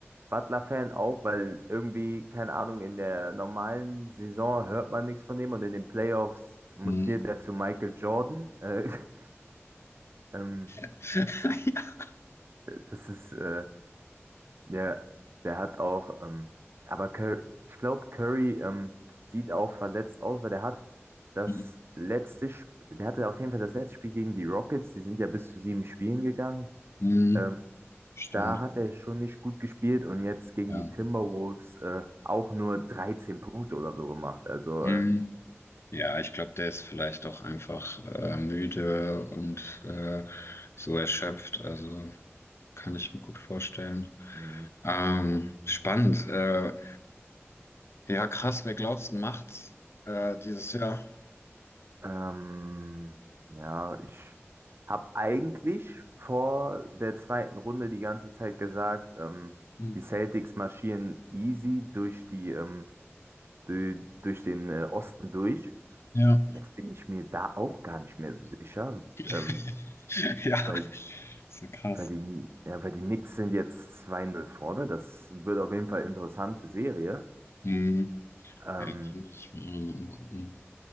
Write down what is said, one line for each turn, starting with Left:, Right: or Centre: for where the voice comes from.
Right: Butler-Fan auch, weil irgendwie, keine Ahnung, in der normalen Saison hört man nichts von dem und in den Playoffs mutiert
Left: Hm.
Right: er zu Michael Jordan. Äh, <laughs> ähm,
Left: <laughs>
Right: das ist, äh, der, der hat auch, ähm, aber Cur ich glaube, Curry ähm, sieht auch verletzt aus, weil der hat das
Left: Ja. <laughs>
Right: letzte, Sp der hatte auf jeden Fall das letzte Spiel gegen die Rockets, die sind ja bis zu sieben Spielen gegangen.
Left: Hm,
Right: Ähm,
Left: stimmt,
Right: da hat er schon nicht gut gespielt und jetzt gegen
Left: ja.
Right: die Timberwolves äh, auch nur 13 Punkte oder so gemacht. Also,
Left: Hm.
Right: äh,
Left: Ja, ich glaube, der ist vielleicht auch einfach äh, müde und äh, so erschöpft. Also kann ich mir gut vorstellen.
Right: mh,
Left: Ähm, spannend. Äh, ja, krass, wer glaubst du macht's äh, dieses Jahr?
Right: ähm, ja, ich habe eigentlich vor der zweiten Runde die ganze Zeit gesagt, ähm,
Left: Hm.
Right: die Celtics marschieren easy durch die, ähm, dü- durch den äh, Osten durch.
Left: Ja.
Right: Jetzt bin ich mir da auch gar nicht mehr so sicher,
Left: <laughs>
Right: ähm,
Left: Ja,
Right: weil
Left: ist ja krass.
Right: Weil die, ja, weil die Knicks sind jetzt zwei null vorne. Das wird auf jeden Fall eine interessante Serie.
Left: Hm.
Right: Ähm,
Left: Ja, die muss ich mir auch nochmal angucken.